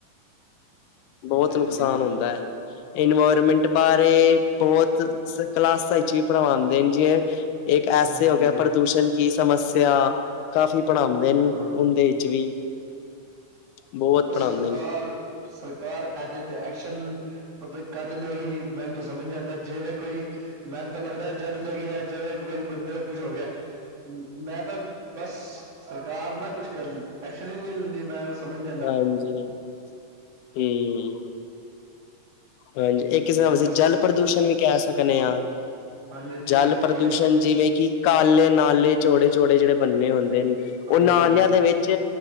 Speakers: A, on the left; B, on the right.
A: ਬਹੁਤ
B: ਹਾਂਜੀ-ਹਾਂਜੀ
A: ਨੁਕਸਾਨ ਹੁੰਦਾ ਹੈ ਇਨਵਾਇਰਮੈਂਟ ਬਾਰੇ ਬਹੁਤ ਕਲਾਸਾਂ ਵਿੱਚ ਵੀ ਪੜਵਾਉਂਦੇ ਨੇ ਜਿਵੇ ਇੱਕ ਐਸੇ
B: ਹਾਂਜੀ
A: ਹੋ
B: ਹਾਂਜੀ
A: ਗਿਆ ਪ੍ਰਦੂਸ਼ਣ ਕੀ ਸਮੱਸਿਆ ਕਾਫੀ ਪੜਾਉਂਦੇ ਨੇ
B: ਹਾਂ
A: ਉਹਦੇ ਵਿੱਚ ਵੀ ਬਹੁਤ ਪੜ੍ਹਾਉਂਦੇ
B: ਸਰਕਾਰ
A: ਨੇ
B: ਸਰਕਾਰ ਇਹਦੇ ਤੇ ਐਕਸ਼ਨ ਪਤਾ ਕਦ ਲਏਗੀ ਮੈਨੂੰ ਤਾਂ ਸਮਝ ਨਹੀਂ ਆਉਦਾ ਜਿਵੇਂ ਕੋਈ ਮੈਨੂੰ ਤਾਂ ਲੱਗਦਾ ਜਦ ਲੈ ਗਈ ਆ ਜਿਵੇਂ ਬੰਦੇ ਦਾ ਕੁਛ ਹੋ ਗਿਆ ਮੈਂ ਤਾਂ ਬਸ ਸਰਕਾਰ ਨਾ ਕੁਛ ਕਰ ਐਕਸ਼ਨ ਹਦੀ ਮੈਂ ਸਮਝ ਨੀ ਆਉਂਦੀ
A: ਹਾਂਜੀ ਹਮ ਹਾਂਜੀ ਇਹ ਕਿਸ ਤਰ੍ਹਾਂ ਅਸੀਂ
B: ਬਸ
A: ਜਲ ਪ੍ਰਦੂਸ਼ਣ ਵੀ ਕਹਿ ਸਕਦੇ ਹਾਂ
B: ਹਾਂਜੀ ਹਾਂਜੀ
A: ਜਲ
B: ਉਹੀ
A: ਪ੍ਰਦੂਸ਼ਣ
B: ਤਾਂ
A: ਜਿਵੇਂ ਕਿ ਕਾਲੇ ਨਾਲੇ ਚੋੜੇ ਚੋੜੇ ਜਿਹੜੇ ਬੰਨੇ ਹੁੰਦੇ ਨੇ
B: ਹਾਂਜੀ
A: ਉਹ ਨਾਲਿਆ
B: ਹਾਂਜੀ
A: ਦੇ ਵਿੱਚ